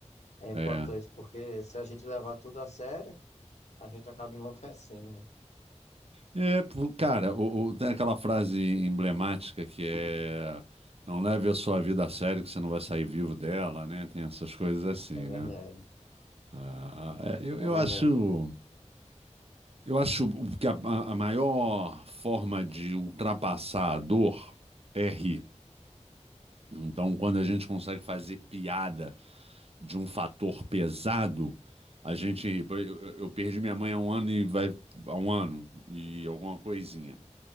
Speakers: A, on the left (about 65°); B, on the right (about 55°).
A: É importante,
B: É. É.
A: porque se a gente levar tudo a sério, a gente acaba enlouquecendo, né?
B: É, pô, cara, o- o- tem aquela frase emblemática que é: não leve a sua vida a sério, que você não vai sair vivo dela, né? Tem essas coisas assim,
A: É
B: né?
A: verdade,
B: Ah, ah, é, eu,
A: é
B: eu
A: verdade.
B: acho, eu acho que a, a- a maior forma de ultrapassar a dor é rir. Então, quando a gente consegue fazer piada de um fator pesado, a gente. Eu, eu perdi minha mãe há um ano e vai há um ano e alguma coisinha.